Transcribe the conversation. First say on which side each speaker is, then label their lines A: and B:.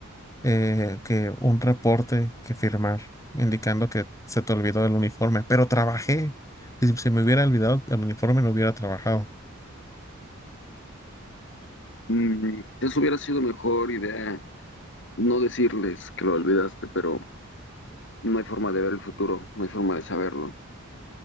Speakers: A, on the left; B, on the left.
A: eh, que un reporte que firmar indicando que se te olvidó el uniforme, pero trabajé. Si se me hubiera olvidado el uniforme, no hubiera trabajado.
B: Mm, eso hubiera sido mejor idea, no decirles que lo olvidaste, pero no hay forma de ver el futuro, no hay forma de saberlo.